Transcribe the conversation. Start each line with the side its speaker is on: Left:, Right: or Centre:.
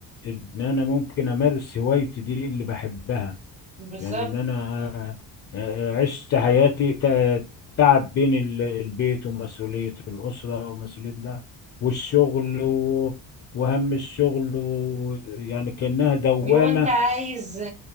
Left: ان انا ممكن امارس هوايتي دي اللي بحبها
Right: بالظبط
Left: يعني ان انا آه، آه، عشت حياتي تع- تعب بين ال- البيت ومسؤولية الأسرة ومسؤولية ده والشغل و- وهم الشغل و- يعني كأنها دوامة
Right: اللي هو انت عايز آه،